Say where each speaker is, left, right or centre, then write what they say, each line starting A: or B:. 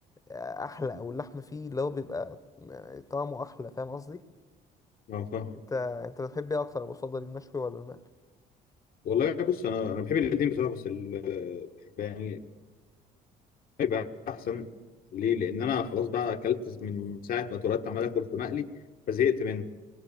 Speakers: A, on the left; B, on the left.
A: احلى او اللحم فيه اللي هو بيبقى طعمه احلى فاهم قصدي
B: اه فاهم
A: انت انت بتحب ايه اكتر ابو صدر المشوي ولا المقلي
B: والله بص انا انا بحب الاثنين بصراحة بس ال- بحب يعني يبقى احسن ليه لان انا خلاص بقى اكلت من ساعة ما اتولدت عمال اكل في مقلي فزهقت منه